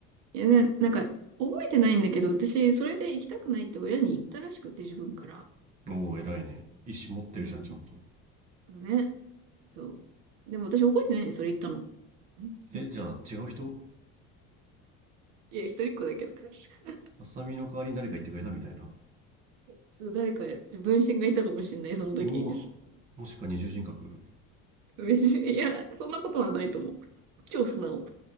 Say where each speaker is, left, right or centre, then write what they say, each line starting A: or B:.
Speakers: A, on the right; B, on the right.
A: いやね、なんか覚えてないんだけど、私それで行きたくないって親に言ったらしくて自分から。
B: おお偉いね意思持ってるじゃんちゃんと
A: うん、ね、そう。でも私覚えてないねそれ言ったの。<laughs>
B: えじゃあ違う人
A: いや、一人っ子だけど。<laughs>
B: アサミの代わりに誰か言ってくれたみたいな。
A: そう、誰か、分身がいたかもしれない、その時。
B: うわ、もしか二重人格
A: <laughs> いや、そんなことはないと思う。超素直。